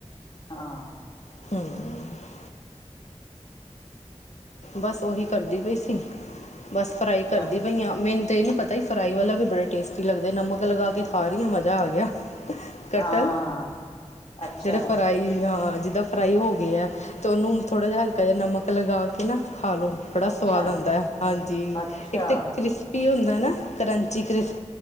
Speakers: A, on the left (about 45°); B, on the left (about 75°).
A: ਹਾਂ।
B: ਹੂੰ। ਬਸ ਉਹੀ ਕਰਦੀ ਪਈ ਸੀ। ਬਸ ਫਰਾਈ
A: ਅੱਛਾ
B: ਕਰਦੀ ਪਈ ਆ ਤੇ ਇਹ ਨੀ ਪਤਾ ਹੀ ਫਰਾਈ ਵਾਲਾ ਵੀ ਬੜੇ ਟੇਸਟੀ ਲਗਦੇ ਏ, ਨਮਕ ਲਗਾ ਕੇ ਖਾ ਰਹੀ ਆ ਮਜ਼ਾ ਆ ਗਿਆ। ਕਟਲ
A: ਹਾਂ ਅੱਛਾ
B: ਜਿਹੜੇ ਫਰਾਈ, ਹਾਂ। ਜਿੱਦਾਂ ਫਰਾਈ ਹੋ ਗਏ ਐ, ਤੇ ਉਹਨੂੰ ਥੋੜ੍ਹਾ ਜਿਹਾ ਹਲਕਾ ਜਿਹਾ ਨਮਕ ਲਗਾ ਏ ਨਾ। ਖਾ ਲੋ ਬੜਾ
A: ਅੱਛਾ
B: ਸਵਾਦ ਆਉਂਦਾ ਏ, ਹਾਂਜੀ
A: ਅੱਛਾ
B: ਇੱਕ ਤੇ ਕ੍ਰਿਸਪੀ ਹੁੰਦਾ ਰੈਨਾ ਕਰੰਚੀ ਕ੍ਰਿਸਪੀ